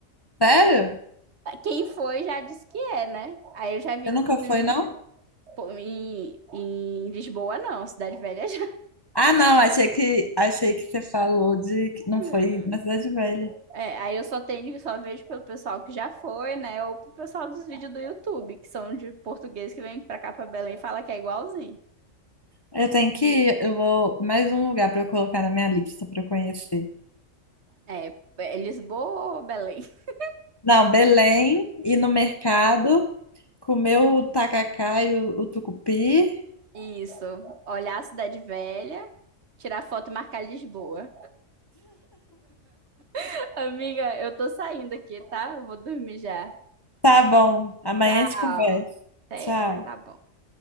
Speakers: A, on the left; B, on the right.
A: Sério?
B: Quem foi já disse que é, né? Aí eu já vi,
A: Você nunca
B: inclusive,
A: foi, não?
B: pô, em, em Lisboa, não, Cidade Velha já.
A: Ah, não, achei que achei que você falou de que não
B: <laughs>
A: foi na Cidade Velha.
B: É, aí eu só tenho, só vejo pelo pessoal que já foi, né? Ou pro pessoal dos vídeos do YouTube, que são de português que vem pra cá pra Belém e fala que é igualzinho.
A: Eu tenho que ir, eu vou mais um lugar para eu colocar na minha lista para eu conhecer.
B: É, é Lisboa ou Belém? <laughs>
A: Não, Belém, ir no mercado, comer o tacacá e o, o tucupi.
B: Isso. Olhar a Cidade Velha, tirar foto e marcar Lisboa. <laughs> Amiga, eu tô saindo aqui, tá? Eu vou dormir já.
A: Tá bom, amanhã
B: Tchau.
A: a gente conversa.
B: Até.
A: Tchau.
B: Tá bom.